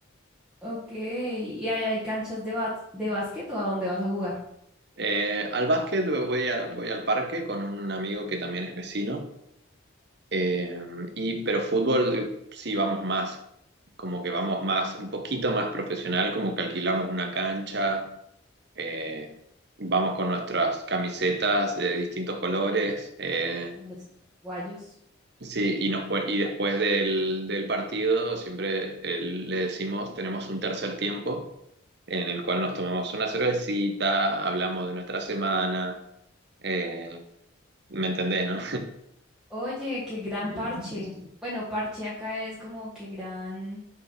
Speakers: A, in the centre; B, on the right.
A: Ok, ¿y hay, hay canchas de, bas- de básquet o a dónde vas a jugar?
B: Eh, al básquet voy, a- voy al parque con un amigo que también es vecino. eh, y, pero fútbol eh, sí vamos más, como que vamos más, un poquito más profesional, como que alquilamos una cancha, eh, vamos con nuestras camisetas de distintos colores. eh,
A: Con los guayos.
B: Sí, y, nos, pue- y después del, del partido siempre eh, le decimos, tenemos un tercer tiempo en el cual nos tomamos una cervecita, hablamos de nuestra semana, eh, ¿me entendés, no?
A: Oye, qué gran
B: <laughs>
A: parche. Bueno, parche acá es como que gran...